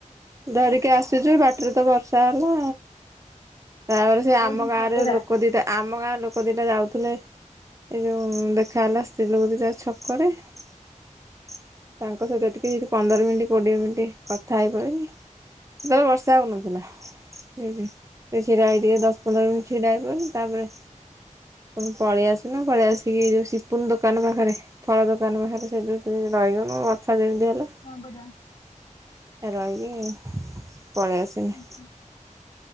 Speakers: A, on the right (about 25°); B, on the left (about 40°).
A: ଧରିକି ଆସିଛୁ ବାଟିରେ ତ ବର୍ଷା ହେଲା ତାପରେ ସେ
B: କୋଉଠି
A: ଆମ ଗାଁ
B: ସ୍ନାନକଟା?
A: ରେ ଲୋକ ଦିଟା ଆମ ଗାଁରେ ଲୋକ ଦିଟା ଯାଉଥିଲେ ଏ ଯୋଉ ଦେଖ ଖା ହେଲା ସ୍ତ୍ରୀ ଲୋକ ଦି ଟା ଛକରେ ତାଙ୍କ କଥା ଟିକେ ଯି ପନ୍ଦର ମିନିଟ୍ କୋଡିଏ ମିନିଟ କଥା ହେଇପାଲେଇଲି ସେତେବେଳେ ବର୍ଷା ହଉନଥିଲା ଠି ଛିଡା ହେଇ ଟିକେ ଦଶ ପନ୍ଦର ମିନିଟ ଛିଡା ହେଇ ତାପରେ ଣ ପଳେଇଆସନ ପଳେଇ ଆସିକି ଯୋଉ ସି ପୁନ ଦୋକାନ ପାଖରେ ଫଳ ଦୋକାନ ପାଖରେ ସେ ଯେଉମତି ରହିଗନୁ ବର୍ଷା ଯେମିତି ହେଲା।
B: ହଁ ବଧା
A: ରହିକି ପଳେଇ ଆସିନି
B: ହୁଁ